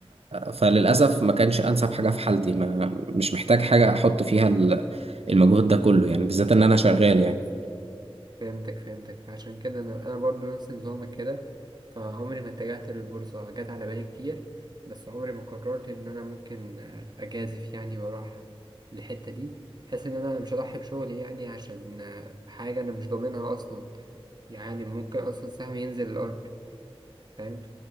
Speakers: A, on the right; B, on the right.
A: فللأسف ما كانش أنسب حاجة في حالتي ما مش محتاج حاجة أحط فيها ال- المجهود ده كله يعني بالذات إن أنا شغال يعني
B: فهمتك فهمتك فعشان كده انا انا برضو نفس نظامك كده فعمري ما اتجهت للبورصة جت على بالي كتير بس عمري ما قررت ان انا ممكن آه، اجازف يعني واروح للحتة دي بحيث ان انا مش هضحي بشغلي يعني عشان آه، حاجة انا مش ضامنها اصلا يعني ممكن اصلا السهم ينزل الارض فاهم